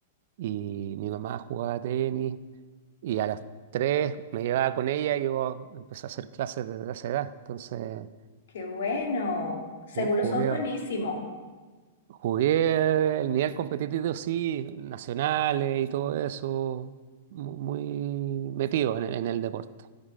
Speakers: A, on the right; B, on the left.
A: y mi mamá jugaba tenis Y a las 3 me llevaba con ella y yo empecé a hacer clases desde esa edad. Entonces
B: qué bueno. Seguro
A: ju-
B: sos
A: jugué,
B: buenísimo.
A: jugué el nivel competitivo, sí, nacionales y todo eso, mu- muy metido en, en el deporte.